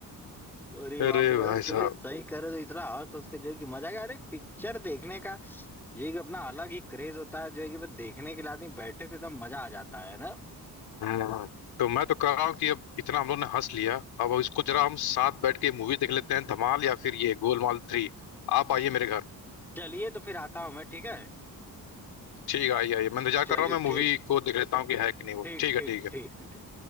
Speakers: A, in the centre; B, on the left (about 85°).
A: अरे बाप
B: अरे
A: रे
B: भाई
A: अरे अरे
B: साहब
A: सही करे तो इतना हंस हंस के जो है कि मजा आ गया अरे पिक्चर देखने का ये एक अपना अलग ही क्रेज होता है जो है कि वो देखने के लिए आदमी बैठे तो एकदम मजा आ जाता है ना
B: हम्म। तो मैं तो कह रहा हूँ कि अब इतना हम लोग ने हंस लिया अब इसको जरा हम साथ बैठ के मूवी देख लेते हैं धमाल या फिर ये गोलमाल थ्री आप आइए मेरे घर
A: चलिए तो फिर आता हूँ मैं ठीक है
B: ठीक है आइए आइए मैं इंतजार
A: चलिए
B: कर रहा हूँ मैं मूवी
A: ठीक
B: को देख लेता हूँ कि है कि नहीं वो
A: ठीक
B: ठीक
A: ठीक
B: है ठीक है
A: ठीक है ठीक